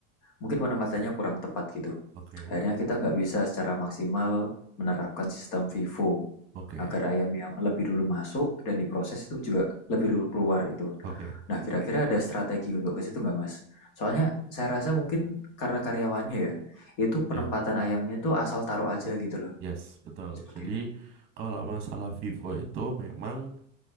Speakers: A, on the left (about 65°); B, on the right (about 30°).
A: Mungkin penempatannya kurang tepat gitu.
B: Oke,
A: Akhirnya kita nggak bisa secara maksimal menerapkan sistem FIFO
B: Oke,
A: agar ayam yang lebih dulu masuk dan diproses itu juga lebih dulu keluar itu.
B: Oke.
A: Nah, kira-kira ada strategi untuk ke situ nggak, Mas? Soalnya saya rasa mungkin karena karyawannya ya, itu penempatan
B: Ya,
A: ayamnya itu asal taruh aja gitu loh.
B: yes, betul.
A: Seperti
B: Jadi
A: itu.
B: kalau masalah Vivo itu memang